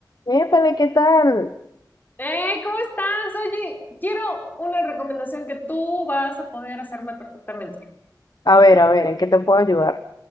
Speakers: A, on the left; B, on the left.
A: Épale, ¿qué tal?
B: Eh, ¿cómo estás? Oye, quiero una recomendación que tú vas a poder hacerme perfectamente.
A: A ver, a ver, ¿en qué te puedo ayudar?